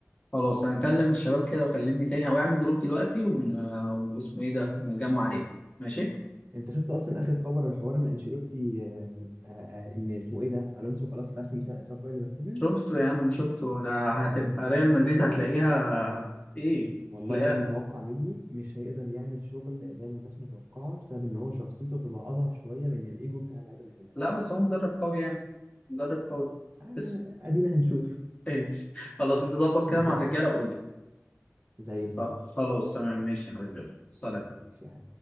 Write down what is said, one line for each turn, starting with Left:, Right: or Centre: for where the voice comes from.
Left: خلاص انا هكلم الشباب كده وكلمني تاني او اعمل جروب دلوقتي ون... واسمه ايه ده ونجمع عليه ماشي
Right: انت شفت اصلا اخر خبر على حوار ان انشيلوتي آه، آه، آه، ان اسمه ايه ده الونسو خلاص رسمي ساب ساب باير ليفركوزن
Left: شفته يا عم شفته ده هتبقى
Right: آه.
Left: ريال مدريد هتلاقيها ايه
Right: والله
Left: هتلاقيها
Right: يا ابني توقع مني مش هيقدر يعمل شغل زي ما الناس متوقعه بسبب ان هو شخصيته تبقى اضعف شويه من الايجو بتاع اللعيبه اللي في النادي
Left: لا بس هو مدرب قوي يعني مدرب قوي
Right: آه،
Left: اسم
Right: ادينا هنشوف
Left: ايش <laughs> خلاص انت ظبط كده
Right: <laughs>
Left: مع الرجاله قول لي
Right: زي الفل
Left: خ- خلاص تمام ماشي يا حبيبي يلا سلام
Right: ماشي يا